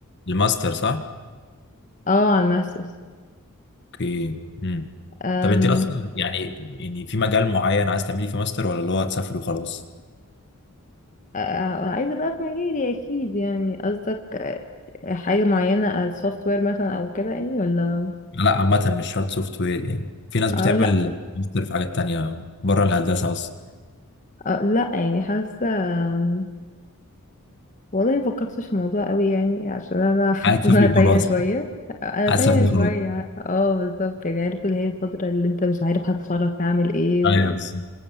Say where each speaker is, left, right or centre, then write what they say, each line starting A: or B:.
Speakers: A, on the left (about 50°); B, on the left (about 35°).
A: الماستر صح
B: اه على الماسترز
A: اوكي امم
B: آم،
A: طب انت اصلا يعني يعني في مجال معين عايز تعملي فيه ماستر ولا اللي هو هتسافري وخلاص
B: آه عايزة بقى في مجالي أكيد يعني قصدك آه، حاجة معينة السوفت وير مثلا أو كده يعني ولا
A: لا عامة مش شرط سوفت وير يعني في ناس بتعمل
B: آه لأ
A: ماستر في حاجات تانية بره الهندسة أصلا
B: آه لأ يعني حاسة آم، والله مفكرتش في الموضوع قوي يعني عشان أنا <laughs> حاسة
A: عايز تسافر
B: إن أنا تايهة
A: خلاص
B: شوية انا
A: عايز
B: تايهه
A: تسافر
B: شويه
A: خلاص
B: اه بالظبط يعني عارف اللي هي الفتره اللي انت مش عارف هتخرج تعمل ايه
A: ايوه بالظبط.